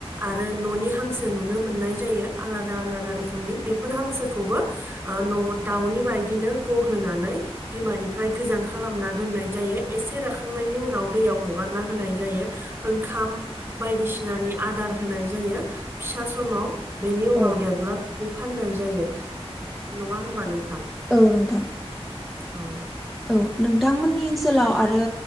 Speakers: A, on the right; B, in the centre.
A: आरो न'नि हांसो नुनो मोननाय जायो आलादा आलादा रोखोमनि बेफोर हांसोखौबो ओ दाउनि बायदिनो गहोनानै बिमानिफ्राय गोजान खालामना दोननाय जायो एसे एसे रखांनायनि उनाव दैयाव हगारना होनाय जायो ओंखाम बायदिसिनानि आादार होन नाय जायो फिसा समाव बेनि
B: औ
A: उनाव देरब्ला बेखौ फाननाय जायो नङा होमबा नों
B: औ नोंथां
A: औ
B: औ नों नोंथांमोननि ओनसोलाव आरो